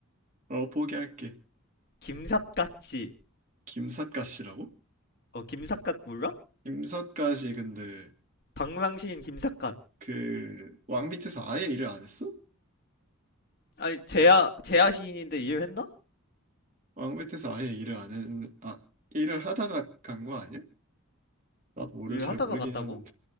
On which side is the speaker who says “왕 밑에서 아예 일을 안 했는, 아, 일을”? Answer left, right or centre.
Right